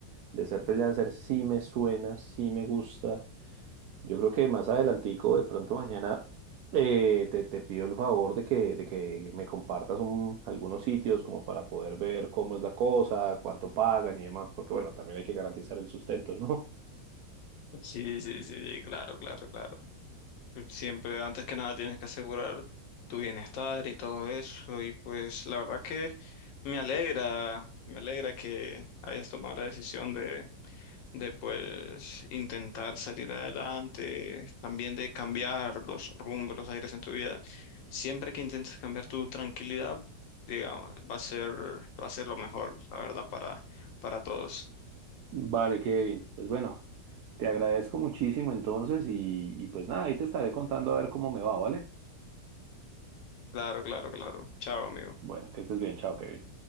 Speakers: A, on the right; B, on the left.
A: de ser freelancer sí me suena, sí me gusta. Yo creo que más adelantico, de pronto mañana, eh, te, te pido el favor de que, de que me compartas un- algunos sitios como para poder ver cómo es la cosa, cuánto pagan y demás, porque bueno, también hay que garantizar el sustento, ¿no?
B: Sí, sí, sí, claro, claro, claro. Siempre, antes que nada, tienes que asegurar tu bienestar y todo eso. Y pues la verdad que me alegra, me alegra que hayas tomado la decisión de, de pues intentar salir adelante, también de cambiar los rumbos, los aires en tu vida. Siempre que intentes cambiar tu tranquilidad, digamos, va a ser, va a ser lo mejor, la verdad, para, para todos.
A: <laughs> Vale, Kevin. Pues bueno, te agradezco muchísimo entonces y, y pues nada, ahí te estaré contando a ver cómo me va, ¿vale?
B: Claro, claro, claro. Chao, amigo.
A: Bueno, que estés bien, chao, Kevin.